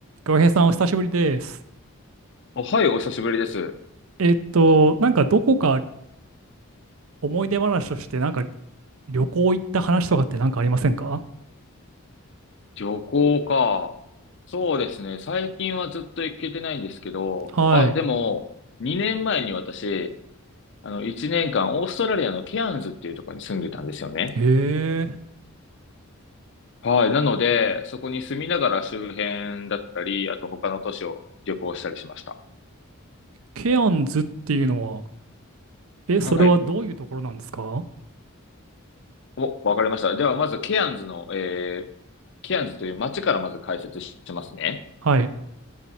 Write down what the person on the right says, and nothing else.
浩平さん、お久しぶりです。
えっと、なんかどこか思い出話として、なんか旅行行った話とかってなんかありませんか
はい。
へえ、
ケアンズっていうのは、え、それはどういうところなんですか
はい。